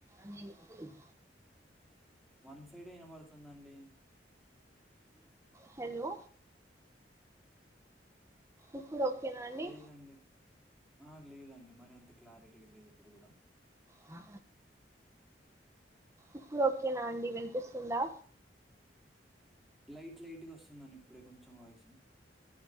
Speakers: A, on the right (about 15°); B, in the centre.
A: మెంతుల్
B: వన్ సైడే ఇనబడుతుందండి
A: హలో ఇప్పుడు ఓకేనా అండి
B: లేదండి ఆ లేదండి మరి అంత క్లారిటీగా లేదు ఇప్పుడు కూడా
A: ఆ ఇప్పుడు ఓకేనా అండి వినిపిస్తుందా
B: లైట్ లైట్ గా వస్తుందండి ఇప్పుడే కొంచెం వాయిస్